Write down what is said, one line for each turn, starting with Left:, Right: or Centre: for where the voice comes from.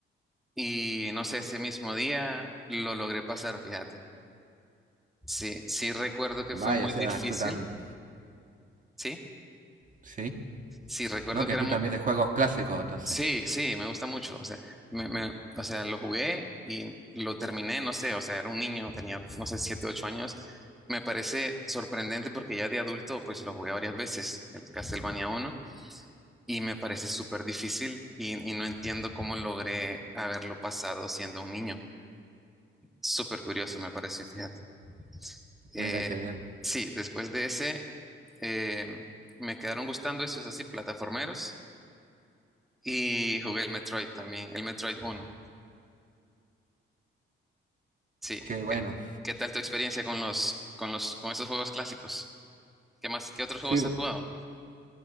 Centre: Y no sé, ese mismo día lo logré pasar, fíjate. Sí, sí recuerdo que
Right: Vaya,
Centre: fue muy
Right: o sea,
Centre: difícil,
Right: tú también...
Centre: sí,
Right: Sí.
Centre: sí recuerdo
Right: No, que
Centre: que era
Right: tú
Centre: muy...
Right: también de juegos clásicos, entonces.
Centre: Sí, sí, me gusta mucho, o sea, me- me- o sea, lo jugué y lo terminé, no sé, o sea, era un niño, tenía, no sé, siete, ocho años. Me parece sorprendente porque ya de adulto, pues lo jugué varias veces, el Castlevania uno y me parece súper difícil y, y no entiendo cómo logré haberlo pasado siendo un niño. Súper curioso me pareció, fíjate. Eh,
Right: Mira qué bien.
Centre: sí, después de ese, eh, me quedaron gustando esos así, plataformeros, y jugué el Metroid también, el Metroid uno Sí,
Right: Qué bueno.
Centre: ¿qué, qué tal tu experiencia con los, con los, con esos juegos clásicos? ¿Qué más, qué otros
Right: Sí,
Centre: juegos
Right: bu-
Centre: has jugado?